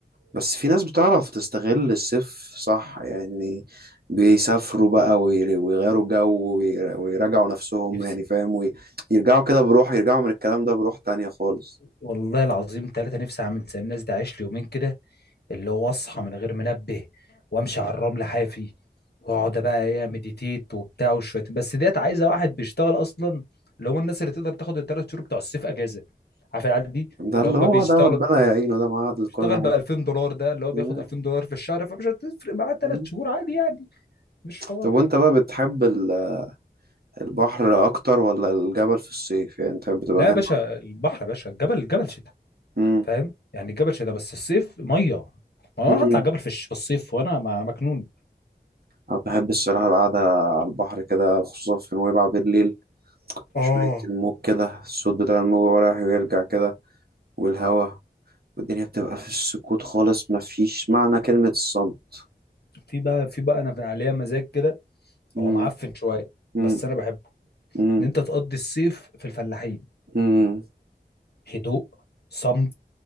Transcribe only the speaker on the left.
نفسي
والله العظيم ثلاثة نفسي اعمل زي الناس دي عايش لي يومين كده اللي هو اصحى من غير منبه وامشي على الرمل حافي واقعد بقى ايه مديتيت وبتاع وشويه بس ديت عايزه واحد بيشتغل اصلا اللي هم الناس اللي تقدر تاخد الثلاث شهور بتوع الصيف اجازه عارف العيال دي
اللي
هم
بيشتغلوا
بيشتغل
ب 2000 دولار ده اللي هو بياخد
2000 دولار في الشهر فمش هتفرق معاه ثلاث
شهور عادي يعني مش حوار
لا
يا باشا البحر يا باشا الجبل الجبل شتاء
فاهم يعني الجبل شتاء بس الصيف ميه ما
انا هطلع الجبل في الش- في الصيف وانا م- مجنون
اه
في بقى في بقى انا عليا مزاج كده
هو معفن شويه
بس انا بحبه
ان انت تقضي الصيف في الفلاحين
هدوء صم